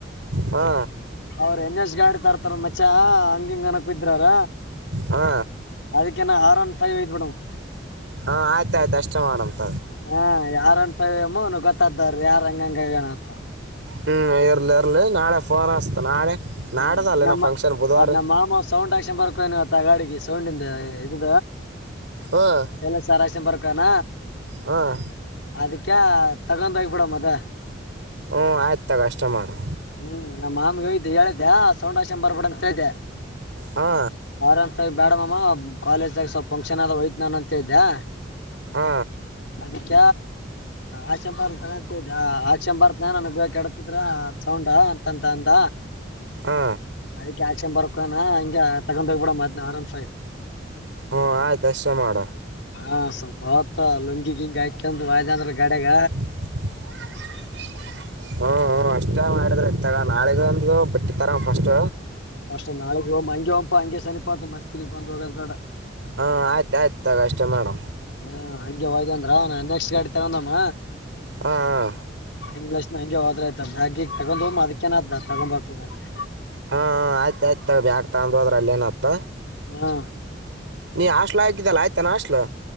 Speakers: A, on the right; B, on the left.
A: ಹಾ
B: ಅವ್ರ ಎನ್ಶ್ ಗಾಡಿ ತರ್ತಾರ ಮಚ್ಚ ಹಂಗಿಂಗ ಅನಕ್ ಇದ್ರವ್ರ
A: ಹಾ
B: ಅದಕ್ಕೆ <inaudible>
A: ಹಾ ಆಯ್ತ ಆಯ್ತು ಅಷ್ಟೇ ಮಾಡಂತ
B: ಹ್ಮ್ ಯಾರ್ ಅಂತ ವೈಯಮು ಗೊತ್ತಾಗುತ್ತೆ ಯಾರು ಎಂಗೆಂಗ ಅಂತ
A: ಹ್ಮ್ ಇರ್ಲಿ ಇರ್ಲಿ ನಾಳೆ ಫೋನ್ ಆಸ್ತು ನಾಳೆ
B: ಹ್ಮ್
A: ನಾಡದ ಅಲ್ಲಿನ
B: ನಮ್ಮ
A: ಫಂಕ್ಷನ್ ಬುಧವಾರ
B: ಅದ್ ನಮ್ಮ ಮಾಮ ಸೌಂಡ್ ಬರಾಕ್ ಹೋಗ್ಯಾನ ಇವತ್ ಆ ಗಾಡಿಗಿ ಸೌಂಡಿಂದ ಇದು
A: ಹಾಂ
B: ಚಲ ಸಾರಷ್ಟನ್ ಬರ್ಕಾನ
A: ಹಾಂ
B: ಅದಕ್ಕೆ ತಗೊಂಡ ಹೋಗಬಿಡ ಅದ
A: ಹ್ಮ ಆಯ್ತು ತಗ ಅಷ್ಟ ಮಾಡು
B: ಹ್ಮ್ ನಮ್ಮ ಮಾಮಗ ಹೇಳ್ದೆ ಸೌಂಡ ಆಕ್ಸ್ಕೆಂಡ್ ಬರ್ಬೇಡ ಅಂತ ಹೇಳ್ದೆ
A: ಹಾ
B: ಆರಾಮ್ ಸಾಗಿ ಬೇಡಮ್ಮ ಕಾಲೇಜ್ದಾಗ ಸ್ವಲ್ಪ ಫಂಕ್ಷನ್ ಅದ ಹಯತ ನಾನು ಅಂತ ಇದ್ದೆ
A: ಹಾ
B: ಅದಕ್ಕ ಆಕ್ಷಂಬರ್ ತ ಆಕ್ಷಂಬರ್ತ್ ನ ನನಗ್ ಬಡತಿದ್ರ ಸೌಂಡ ಅಂತಂತ ಅಂತ
A: ಹಾ
B: ಅದಿ ಆಕ್ಷನ್ ಬರಕ ನಾ ಹಿಂಗ ತಗೊಂಡೋಗ್ಬ ಬಿಡ ಮದ್ನ ಆರಾಮ್ ಸ
A: ಹ್ಮ ಆಯ್ತು ಎಷ್ಟ ಮಾಡುವ
B: ಹಾ ಸ್ವಲ್ಪ ಹೊತ್ತು ಲುಂಗಿ ಗಿಂಗಿ ಹಾಕಂದು ವಾದ ಅಂದ್ರ ಗಡೆಗ
A: <unintelligible> ಹಹಹ ನಾಳೆ ಅಂತ ಬಟ್ಟೆ ತರಣ ಫಸ್ಟ್
B: ಅ ನಾಳಿಗೆ ಹೋಗ್ ಹಂಗೆ ಹಂಪಾ ಹಂಗೆನಪ ಅಂತ ಮತ್ತಿಲಿಗ್ ಬ್ ಹೋಗೋ ಬೇಡ
A: ಹಾ ಆಯ್ತು ಆಯ್ತ ತಗ ಅಷ್ಟೇ ಮಾಡು
B: ಹಾ ಹಂಗೆ ಹೋದ ಅಂದ್ರ ನಾನ್ ನೆಕ್ಸ್ಟ್ ಗಾಡಿ ತಗೊಂಡಮ್ಮ
A: ಹ ಹಾ
B: ಇಂಗ್ಲಷ್ ನ ಹ ಹೋದ್ರ ಆಯತ ಬಾಗಿಗ ತಗೊಂಡ ಹ್ ಅದಕ್ಕೇನದ್ದ ತಗೊ ಬರ್ತ ಮತ್ತೆ
A: ಹಾ ಆಯ್ತ ಆಯ್ತ ಬಕ್ ತಂದ ಅದ್ರ ಅಲ್ಲೇಏನತ್ತ
B: ಹ್ಮ
A: ನೀ ಹಾಸ್ಟೆಲ್ ಹಾಕಿದ್ದಲ್ಲ ಆಯ್ತಾನಾಟ್ಲು